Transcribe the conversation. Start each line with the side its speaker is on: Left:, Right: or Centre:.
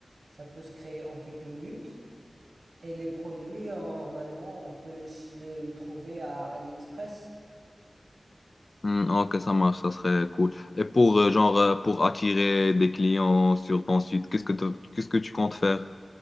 Right: ça peut se créer en quelques minutes. Et les produits, euh, normalement, on peut les, ch- les, les trouver à AliExpress.
Left: Hmm, ok, ça marche, ça serait cool. Et pour, euh, genre, euh, pour attirer des clients sur ton site, qu'est-ce que, te- qu'est-ce que tu comptes faire?